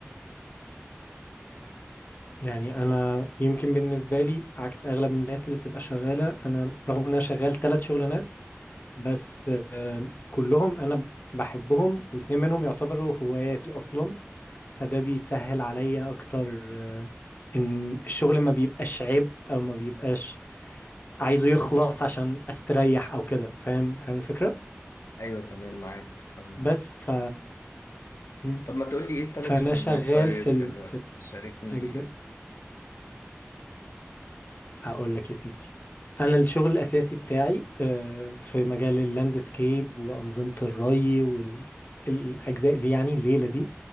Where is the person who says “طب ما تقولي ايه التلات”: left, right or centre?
Left